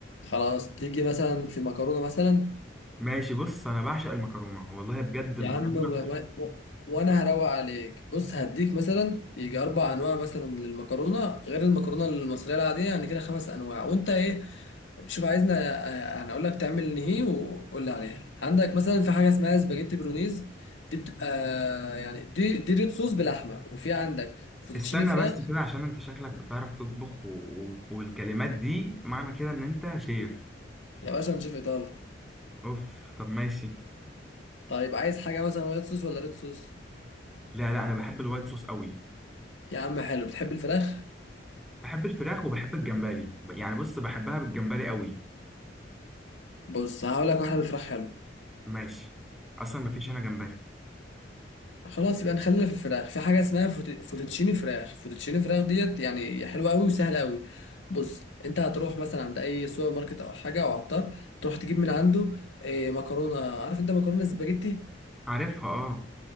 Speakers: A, on the left; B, in the centre.
A: خلاص تيجي مثلا في مكرونه مثلا
B: ماشي بص انا بعشق المكرونه والله بجد المكرونه
A: يا عم و... و... وانا هروق عليك بص هديك مثلا يجي اربع انواع مثلا للمكرونه غير المكرونه المصريه العاديه يعني كده خمس انواع وانت ايه شوف عايزنا آه، هنقول لك تعمل ايه وقول لي عليها عندك مثلا في حاجه اسمها سباجيتي برونيز دي بتبقى يعني دي دي ريد صوص بلحمه وفي عندك فوتوتشيني
B: استنى
A: فراخ
B: بس كده عشان انت شكلك بتعرف تطبخ و... و... والكلمات دي معنى كده ان انت شيف
A: يا باشا نشوف ايطالي
B: اوف طب ماشي
A: طيب عايز حاجه مثلا وايت صوص ولا ريد صوص
B: لا لا انا بحب الوايت صوص قوي
A: يا عم حلو بتحب الفراخ
B: بحب الفراخ وبحب الجمبري ب- يعني بص بحبها بالجمبري قوي
A: بص هقول لك واحده بالفراخ حلو
B: ماشي اصلا مفيش هنا جمبري
A: خلاص يبقى نخلينا في الفراخ في حاجه اسمها فوت- فوتوتشيني فراخ فوتوتشيني فراخ ديت يعني حلوه قوي وسهله قوي بص انت هتروح مثلا عند اي سوبر ماركت او حاجه او عطار تروح تجيب من عنده إيه مكرونه عارف انت مكرونه سباجيتي
B: عارفها اه